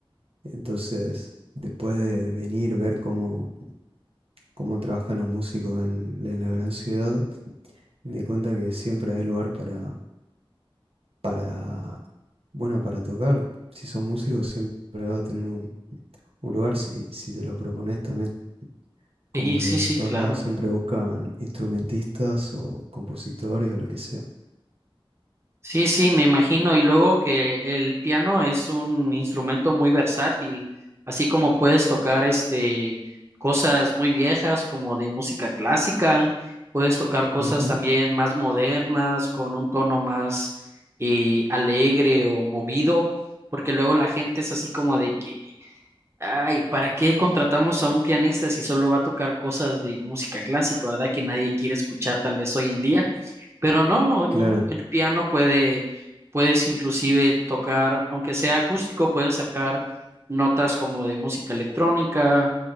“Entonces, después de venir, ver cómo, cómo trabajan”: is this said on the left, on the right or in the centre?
Right